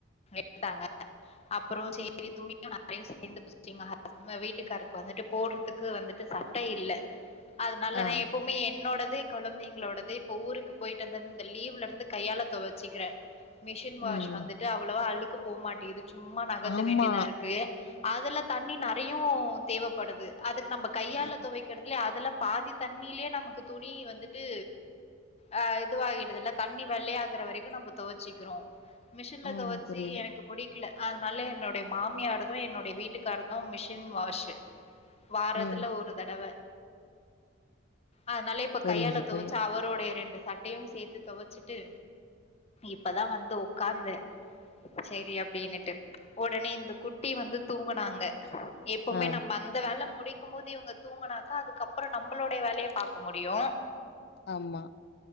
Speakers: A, on the left (about 30°); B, on the left (about 55°).
A: வெப்பாங்க அப்றோ சேரி துணியு நறைய சேந்து எங்க ஹஸ்ப வீட்டுக்காருக்கு வந்துட்டு போட்றதுக்கு வந்துட்டு சட்ட இல்ல அதுனால
B: ஆ
A: நா எப்பவுமே என்னோடது கொழந்தைங்களோடது இப்ப ஊருக்கு போயிட்டு வந்தது இந்த லீவ்ல இருந்து கையாள துவச்சுக்கிறே மிஷின் வாஷ்
B: ம்
A: வந்துட்டு அவ்வளவா அழுக்கு போமாட்டேங்குது சும்மா நகர்த்த
B: ஆமா
A: வேண்டிதா இருக்கு அதல தண்ணி நறையு தேவப்படுது அதுக்கு நம்ம கையால
B: ம்
A: துவைக் க்கறதுல அதல பாதி தண்ணிலேயே நமக்கு துணி வந்துட்டு அ இதுவாகிடுது இல்ல தண்ணி வெள்ளையாகற வரைக்கு நம்ம துவச்சிக்கிறோ மிஷின்ல
B: ம்.
A: தொவச்சு
B: புரியுது
A: எனக்கு பிடிக்கல அதனால என்னுடைய மாமியாரதும் என்னுடைய வீட்டுக்காரதும் மிஷின் வாஷ்ஷு வாரத்துல
B: ம்
A: ஒரு தடவ அதனால இப்ப
B: புரியுது
A: கையால துவச்சு
B: புரியுது
A: அவரோடைய ரெண்டு ச ட்டையு சேத்து துவச்சிட்டு இப்பதா வந்து உக்காந்தே சேரி அப்டின்னுட்டு உடனே இந்த குட்டி வந்து தூங்குனாங்க எப்போமே
B: ஆ
A: நம்ம அந்த வேலை முடிக்கும் போது இவுங்க தூங்கனாக்கா அதுக்கப்புறம நம்மளுடைய வேலைய பாக்க முடியு
B: ஆமா